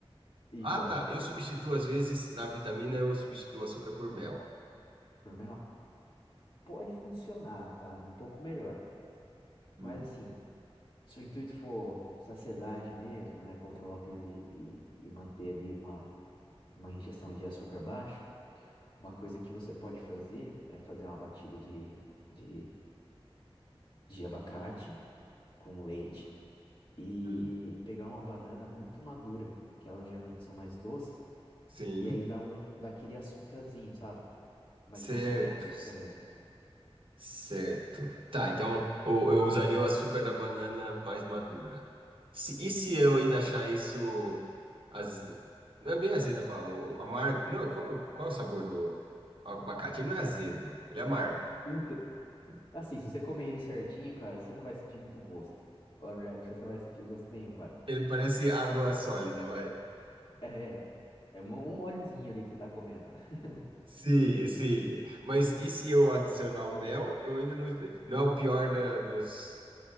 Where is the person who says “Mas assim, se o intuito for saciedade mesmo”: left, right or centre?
Left